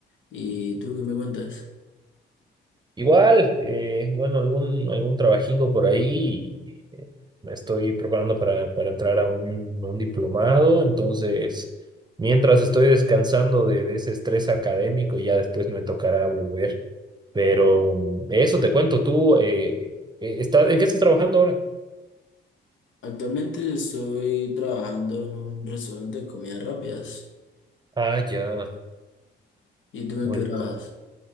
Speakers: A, on the left; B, on the right.
A: ¿Y tú qué me cuentas?
B: Igual, eh, bueno, algún, algún trabajingo por ahí. y, eh, me estoy preparando para, para entrar a un, a un diplomado, entonces, mientras estoy descansando de, de ese estrés académico, ya después me tocará volver. Pero mm, eso te cuento, tú, eh, eh, estás- ¿en qué estás trabajando ahora?
A: Actualmente estoy trabajando en un restaurante de comidas rápidas.
B: Ah, ya.
A: ¿Y tú en
B: Bueno.
A: qué trabajas?